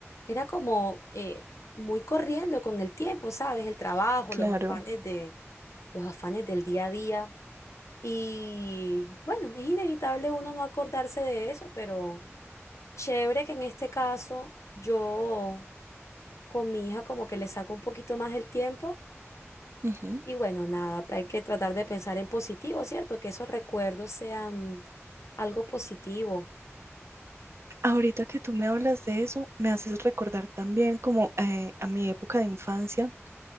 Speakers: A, on the left; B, on the right.
A: era como eh, muy corriendo con el tiempo, ¿sabes? El trabajo,
B: Claro.
A: los afanes de, los afanes del día a día. Y bueno, es inevitable uno no acordarse de eso, pero chévere que en este caso yo con mi hija como que le saco un poquito más el tiempo.
B: Ujú.
A: Y bueno, nada, hay que tratar de pensar en positivo, ¿cierto? Que esos recuerdos sean algo positivo.
B: Ahorita que tú me hablas de eso, me haces recordar también como eh, a mi época de infancia